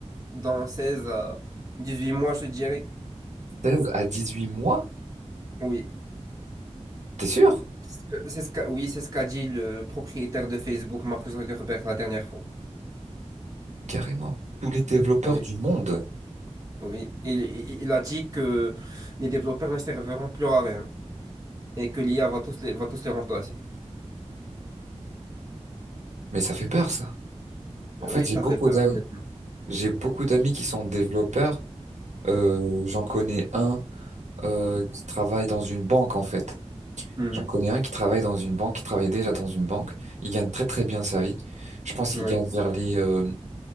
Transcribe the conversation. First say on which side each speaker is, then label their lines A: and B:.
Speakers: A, on the right; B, on the right.
A: dans seize à huit mois, je dirais.
B: 16 à 18 mois?
A: Oui,
B: T'es sûr?
A: c'est ce que- c'est ce qu'a, oui, c'est ce qu'a dit le propriétaire de Facebook, Mark Zuckerberg, la dernière fois.
B: Carrément. Tous les développeurs
A: Oui,
B: du monde.
A: oui. Il, il il a dit que les développeurs ne serviront plus à rien et que l'IA va tous les, va tous les remplacer.
B: Mais ça fait peur, ça.
A: Oui,
B: En fait, j'ai
A: ça
B: beaucoup
A: fait peur,
B: d'amis,
A: honnêtement.
B: j'ai beaucoup d'amis qui sont développeurs. Euh, j'en connais un euh, qui travaille dans une banque, en fait.
A: Mhm.
B: J'en connais un qui travaille dans une banque, qui travaille déjà dans une banque. Il gagne très très bien sa vie. Je pense
A: Oui.
B: qu'il gagne vers les euh,